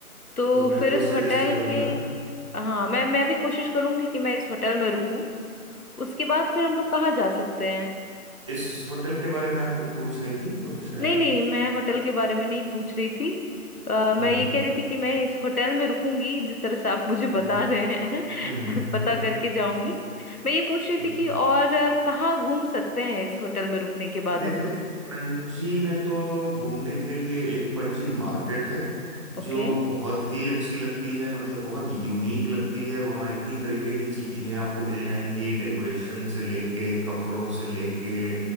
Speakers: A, on the left; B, on the right.
A: तो
B: तो मैं
A: फिर
B: तो
A: इस
B: सजेस्ट
A: होटल
B: करूंगा
A: के हाँ मैं मैं भी कोशिश करूंगी कि मैं इस होटल में रुकूं उसके बाद फिर हम लोग कहाँ जा सकते हैं
B: इस होटल के बारे में आप कुछ पूछ रही थी तो शायद
A: नहीं नहीं मैं होटल के बारे में नहीं पूछ रही थी अ, मैं
B: हम्म
A: ये कह रही थी कि मैं इस होटल में रुकूंगी जिस तरह से आप <laughs> मुझे
B: हम्म
A: बता रहे हैं <laughs>
B: हम्म,
A: मैं
B: हम्म
A: पता
B: हम्म, हम्म।
A: करके जाऊंगी मैं ये पूछ रही
B: जी
A: थी कि और अ, कहाँ घूम सकते हैं इस होटल में रुकने के
B: देखिए
A: बाद हम लोग
B: पणजी में तो घूमने के लिए एक पणजी मार्केट है
A: ओके
B: जो बहुत ही अच्छी लगती है मतलब बहुत यूनिक
A: जी
B: लगती है वहाँ इतनी तरीके की चीजें आपको मिल जाएंगी डेकोरेशन से लेके कपड़ों से लेके